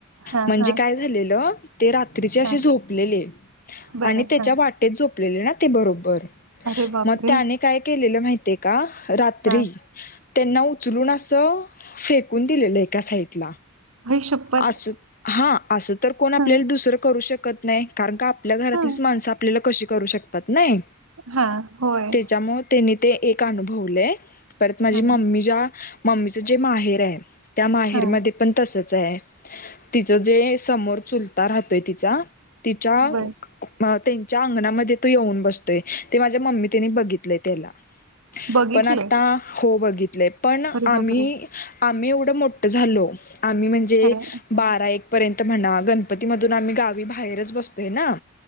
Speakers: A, on the right (about 90°); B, on the left (about 45°).
A: हा
B: म्हणजे
A: हा
B: काय झालेलं ते रात्रीचे अशे
A: हा
B: झोपलेले
A: बरं
B: आणि त्याच्या
A: हा
B: बा ते झोपलेले ना ते बरोबर,
A: अरे बापरे
B: मग त्याने काय केलेलं माहि ते का, रात्री
A: हा
B: त्यांना उचलून अस फेकून दिलेलं एका साईड डला,
A: होय शपथ
B: अस हा अस तर कोण आपल्याला
A: हा
B: दुसरं करू शकत नाही. कारण का आपल्या घरातलीच
A: हा
B: माणसं आपल्याला कशी करू शकतात नाही
A: हा होय,
B: त्याच्यामुळे त्यांनी ते एक अनुभवलंये परत माझं
A: हा
B: मम्मी ज्या, मम्मी च जे माहेर ये त्
A: हा
B: म ते पण तसच आहे, तिच जे समोर चुलता राहतोय तिचा तिच्या
A: बर
B: मं त्यांच्या अंगणामध्ये तो येऊन बसतो. ते माझ्या मम्मी त्यांनी बघितलंय त्याला,
A: बघितलंय
B: पण आता हो बघितलं. पण
A: अरे
B: आम्ही
A: बापरे
B: -आम्ही एवढं मोठं झालो, आम्ही म्हणजे
A: खरं
B: बारा-
A: हा
B: एक पर्यंत म्हणा गणपती मधून आम्ही गावी बाहेरच बसतोय ना